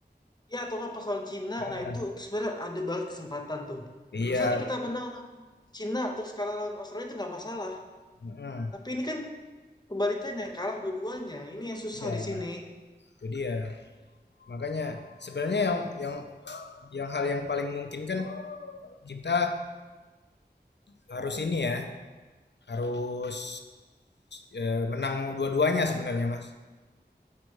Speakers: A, on the left; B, on the left.
A: ya atau nggak pas lawan Cina
B: Hmm.
A: nah itu sebenarnya ada banget kesempatan tuh
B: Iya,
A: misalnya kita menang lawan Cina terus kalah lawan Australia itu nggak masalah
B: Hmm.
A: tapi ini kan kebalikannya kalah dua-duanya ini yang susah
B: Iya,
A: di sini
B: itu dia. Makanya sebenarnya yang yang yang hal yang paling mungkin kan kita harus ini ya, harus eh, menang dua-duanya sebenarnya Mas.